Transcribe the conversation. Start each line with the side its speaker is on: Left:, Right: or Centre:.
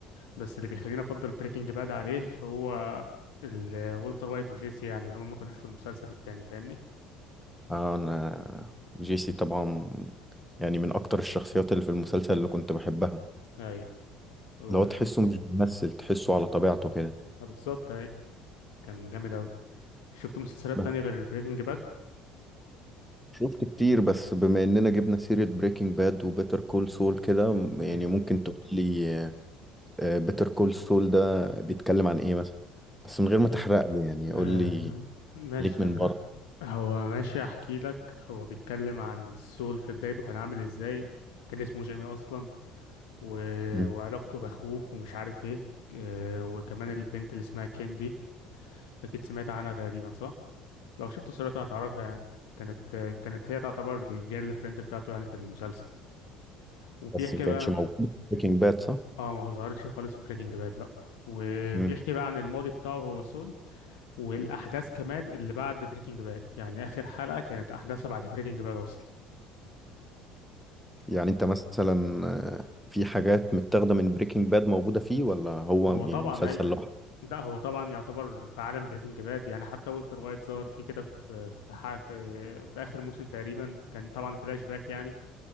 Left: بس اللي بيخليني افضل بريكنج باد عليه هو ال- والتر وايت وجيسي يعني ان هم ما كانوش في المسلسل التاني فاهمني
Centre: آه، انا جيسي طبعا يعني من اكتر الشخصيات اللي في المسلسل اللي كنت بحبها
Left: ايوه وش-
Centre: لو تحسه مش بيمثل تحسه على طبيعته كده
Left: اه، بالظبط ايوه كان جامد اوي شفت مسلسلات
Centre: بس
Left: تانية غير بريكنج باد
Centre: شفت كتير بس بما اننا جبنا سيرة بريكنج باد وبيتر كول سول كده م- يعني
Left: مم.
Centre: ممكن تقول لي بيتر كول سول ده بيتكلم عن ايه مثلا بس من غير ما تحرق لي يعني
Left: آم،
Centre: قول لي
Left: ماشي
Centre: ليك
Left: تمام
Centre: من بره
Left: هو ماشي احكي لك هو بيتكلم عن السول في بدايته كان عامل ازاي كان اسمه جيمي اصلا و...
Centre: مم.
Left: وعلاقته باخوه ومش عارف ايه آه، وكمان البنت اللي اسمها كيم دي اكيد سمعت عنها تقريبا صح لو شفت صورتها هتعرفها يعني كانت آه، كانت هي تعتبر الجيرل فريند بتاعته يعني في المسلسل وبيحكي
Centre: بس ما كانتش
Left: بقى
Centre: موجودة في بريكنج باد صح
Left: اه ما ظهرتش خالص في بريكنج باد لا وبيحكي
Centre: مم.
Left: بقى عن الماضي بتاعه هو سول والاحداث كمان اللي بعد بريكنج باد يعني اخر حلقه كانت احداثها بعد بريكنج باد اصلا
Centre: يعني انت مثلا آه، في حاجات متاخدة من بريكنج باد موجودة فيه ولا هو
Left: هو
Centre: يعني
Left: طبعا
Centre: مسلسل
Left: ايوه
Centre: لوحده
Left: لا هو طبعا يعتبر في عالم بريكنج باد يعني حتى والتر وايت ظهر في كده في في, ح- في في اخر موسم تقريبا كان طبعا فلاش باك يعني